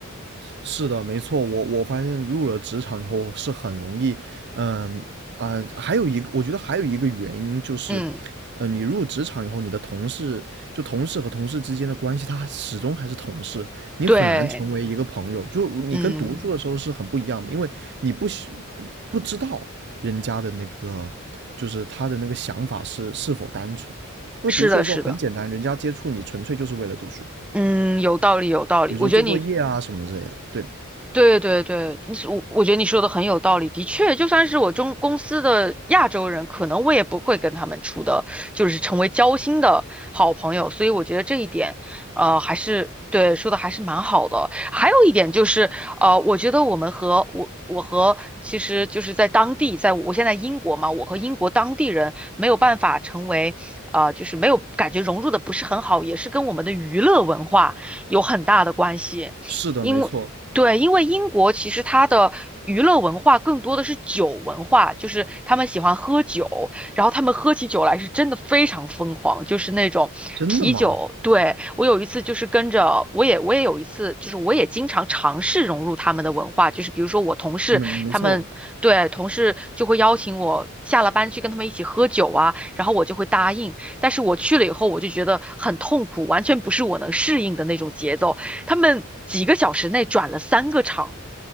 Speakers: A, on the right; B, in the centre.
A: 是的，没错，我我发现入了职场以后是很容易，嗯啊、还有一个，我觉得还有一个原因就是，
B: 嗯，
A: 呃，你入职场以后，你的同事就同事和同事之间的关系，他始终还是同事，你很难成为一个朋友。
B: 对，
A: 就你跟读书的时候是很不一样的，
B: 嗯，
A: 因为你不需不不知道人家的那个，就是他的那个想法是是否单纯。因为读书的时候很简单，
B: 是的，是的，
A: 人家接触你纯粹就是为了读书，
B: 嗯，有道理，有道理。
A: 比如说做作业啊什么之类的。
B: 我觉得你
A: 对的。
B: 对对对，你我我觉得你说的很有道理，的确，就算是我中公司的亚洲人，可能我也不会跟他们处的，就是成为交心的好朋友，所以我觉得这一点，呃，还是对说的还是蛮好的。还有一点就是，呃，我觉得我们和我我和其实就是在当地，在我现在英国嘛，我和英国当地人没有办法成为，呃，就是没有感觉融入的不是很好，也是跟我们的娱乐文化有很大的关系。
A: 是的，
B: 因为对，
A: 没错，
B: 因为英国其实它的娱乐文化更多的是酒文化，就是他们喜欢喝酒，然后他们喝起酒来是真的非常疯狂，就是那种啤酒。
A: 真的吗？
B: 对，我有一次就是跟着，我也我也有一次，就是我也经常尝试融入他们的文化，就是比如说我同事他们，
A: 嗯，没错，
B: 对，同事就会邀请我下了班去跟他们一起喝酒啊，然后我就会答应，但是我去了以后，我就觉得很痛苦，完全不是我能适应的那种节奏。他们几个小时内转了三个场，